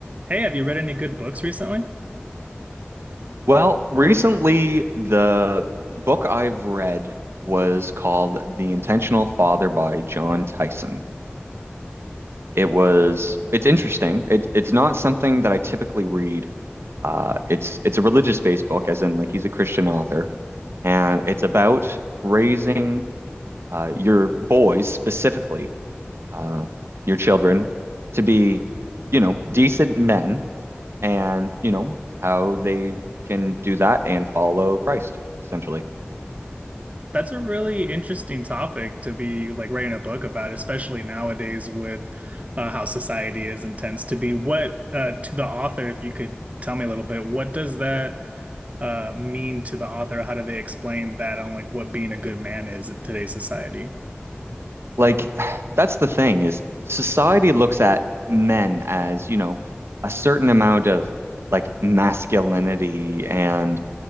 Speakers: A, on the right; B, on the right.
A: Hey, have you read any good books recently?
B: Well, recently the book I've read was called The Intentional Father by John Tyson. It was it's interesting. It, it's not something that I typically read. Uh, it's it's a religious-based book, as in like he's a Christian author, and it's about raising uh, your boys specifically, uh, your children, to be, you know, decent men and you know how they can do that and follow Christ essentially
A: That's a really interesting topic to be like writing a book about, especially nowadays with uh, how society is and tends to be. What uh, to the author, if you could tell me a little bit, what does that uh, mean to the author? How do they explain that on like what being a good man is in today's society?
B: like <sighs> that's the thing is society looks at men as you know a certain amount of like masculinity and